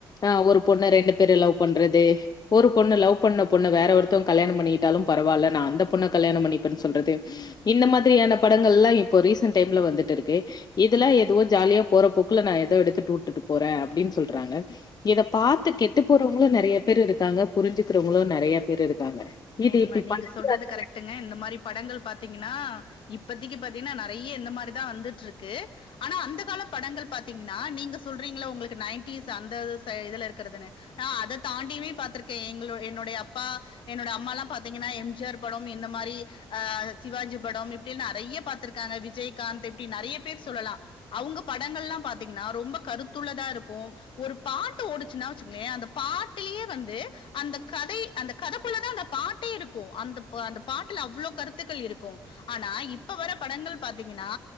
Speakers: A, on the left; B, on the left.
A: அ ஒரு பொண்ணு ரெண்டு பேரு லவ் பண்றது ஒரு பொண்ணு லவ் பண்ண பொண்ணு வேற ஒருத்தவங் கல்யாணம் பண்ணியிட்டாலும் பரவால்ல நா அந்த பொண்ண கல்யாணம் பண்ணிப்பேன் சொல்றது இந்த மாதிரியான படங்கள்லா இப்போ ரீசன்ட் டைம்ல வந்துட்ருக்கு இதெல்லா எதுவோ ஜாலியா போறப் போக்குல நா ஏதோ எடுத்துட் உட்டுட்டு போற அப்டின் சொல்றாங்க இத பாத்து கெட்டு போறவங்களு நறைய பேர் இருக்காங்க புரிஞ்சுக்குறவங்களு நறையா பேர் இருக்காங்க இது
B: உண்ம
A: இப்டி
B: நீங்க சொல்றது கரெக்ட்டுங்க இந்த மாரி படங்கள் பாத்தீங்கன்னா இப்பத்திக்கு பாத்தீங்கன்னா நறைய இந்த மாரிதா வந்துட்ருக்கு ஆனா அந்த கால படங்கள் பாத்தீங்கன்னா நீங்க சொல்றீங்கல உங்களுக்கு நயன்டீஸ் அந்த ச இதுல இருக்குறதுனு நா அத தாண்டியுமே பாத்ருக்கே எங்களோ என்னுடைய அப்பா என்னோட அம் மால்லா பாத்தீங்கன்னா எம் ஜி ஆர் படம் இந்த மாரி ஆ சிவாஜி படம் இப்டி நறைய பாத்ருக்காங்க விஜய்காந்த் இப்டி நறைய பேர் சொல்லலா அவுங்க படங்கள்லாம் பாத்தீங்கன்னா ரொம்ப கருத்துள்ளதா இருக்கும ஒரு பாட்டு ஓடுச்சுன்னா வச்சுகங்கயே அந்த பாட்டுலயே வந்து அந்த கதை அந்த கதக்குள்ளதா அந்தப் பாட்டே இருக்கு அந்தப் அந்த பாட்டுல அவ்ளோ கருத்துக்கள் இருக்கு ஆனா இப்ப வர படங்கள் பாத்தீங்கன்னா